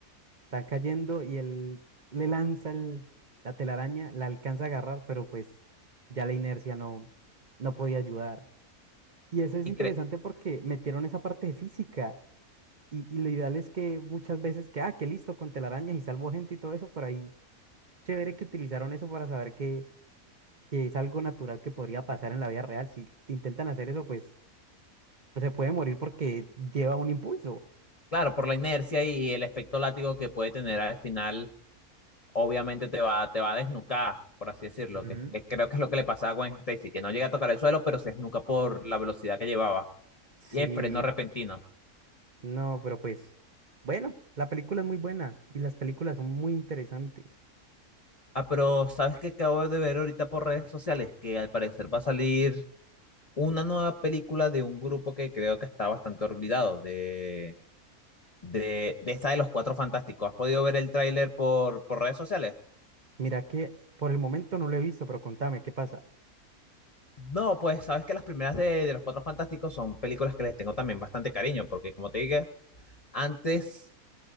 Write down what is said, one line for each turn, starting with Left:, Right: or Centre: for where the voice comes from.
Right: están cayendo y él le lanza el- la telaraña, la alcanza a agarrar, pero pues ya la inercia no, no podía ayudar. Y eso es
Left: Y
Right: interesante
Left: cre-
Right: porque metieron esa parte de física. Y, y lo ideal es que muchas veces que, ah, que listo, con telarañas y salvo gente y todo eso, pero ahí chévere que utilizaron eso para saber que, que es algo natural que podría pasar en la vida real. Si intentan hacer eso, pues, pues se puede morir porque lleva un impulso.
Left: claro, por la inercia y el efecto látigo que puede tener al final obviamente te va, te va a desnucar, por así decirlo,
Right: Ujú.
Left: que, que creo que es lo que le pasaba a Gwen Stacy, que no llega a tocar el suelo, pero se esnuca por la velocidad que llevaba
Right: Sí,
Left: y el freno repentino.
Right: no, pero pues, bueno, la película es muy buena y las películas son muy interesantes.
Left: Ah, pero ¿sabes qué acabo de ver ahorita por redes sociales? Que al parecer va a salir una nueva película de un grupo que creo que está bastante olvidado, de, de, de esta de los Cuatro Fantásticos. ¿Has podido ver el tráiler por, por redes sociales?
Right: Mira que por el momento no lo he visto, pero contame, ¿qué pasa?
Left: No, pues sabes que las primeras de, de Los Cuatro Fantásticos son películas que les tengo también bastante cariño, porque como te dije, antes